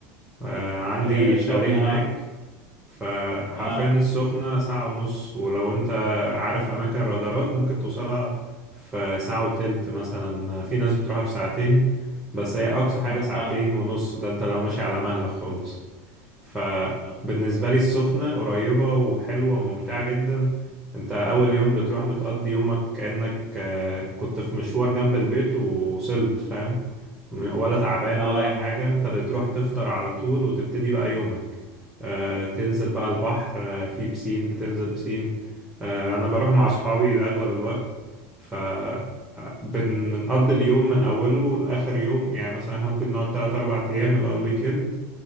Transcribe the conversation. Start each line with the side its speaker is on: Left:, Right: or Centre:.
Centre: آه، عندي
Left: العين السخنة
Centre: شاليه هناك
Left: اه
Centre: فحرفيا
Left: اه
Centre: السخنة ساعة ونص ولو انت عارف أماكن الرادارات ممكن توصلها في ساعة وتلت مثلا في ناس بتروحها في ساعتين بس هي أقصى حاجة
Left: اه
Centre: ساعتين
Left: اه
Centre: ونص ده انت لو ماشي على مهلك خالص فبالنسبة
Left: اه,
Centre: لي السخنة قريبة وحلوة وممتعة جدا انت اول يوم بتروح بتقضي يومك كأنك آه، كنت في مشوار جنب البيت ووصلت فاهم م- ولا تعبان
Left: آه.
Centre: ولا اي حاجة انت بتروح تفطر على طول وتبتدي بقى يومك آه، تنزل بقى البحر آه، في بسين بتنزل بسين آه، انا بروح مع اصحابي لاغلب الوقت ف آه، بن- بنقضي اليوم من اوله لاخر يوم يعني مثلا إحنا ممكن نقعد 3 4 ايام اللي هو الويك اند